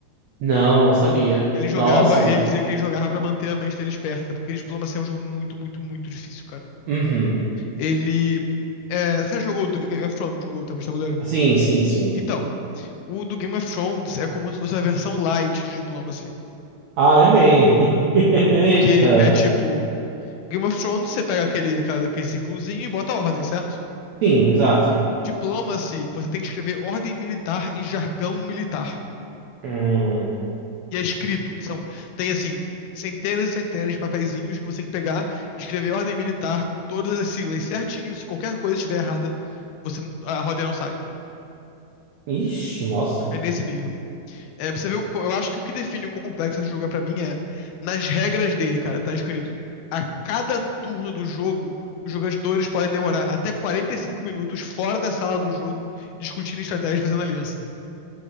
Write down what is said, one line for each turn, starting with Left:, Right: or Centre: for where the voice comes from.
Right: Não, não sabia.
Left: Ele jogava,
Right: Nossa.
Left: ele dizia que ele jogava pra manter a mente dele esperta, porque Diplomacia é um jogo muito, muito, muito difícil, cara.
Right: Uhum.
Left: Ele. é, você já jogou o do Game of Thrones? Jogou o tabuleiro?
Right: Sim, sim, sim.
Left: Então, o do Game of Thrones é como se fosse a versão light de Diplomacy.
Right: Ai, amei. <laughs> Eita.
Left: Porque é tipo. Game of Thrones, você pega aquele, aquela- aquele círculozinho e bota a ordem, certo?
Right: Sim, exato.
Left: Diplomacy, você tem que escrever ordem militar em jargão militar.
Right: Hum.
Left: E é escrito. São, tem, assim, centenas e centenas de papeizinhos que você tem que pegar, escrever ordem militar com todas as siglas certinho. Se qualquer coisa estiver errada, você, a ordem não sai.
Right: Ixi, nossa.
Left: É nesse nível. É, pra você ver, o quão- eu acho que o que define o quão complexo esse jogo é pra mim é nas regras dele, cara. Tá escrito: a cada turno do jogo, os jogadores podem demorar até 45 minutos fora da sala do jogo discutindo estratégia e fazendo aliança.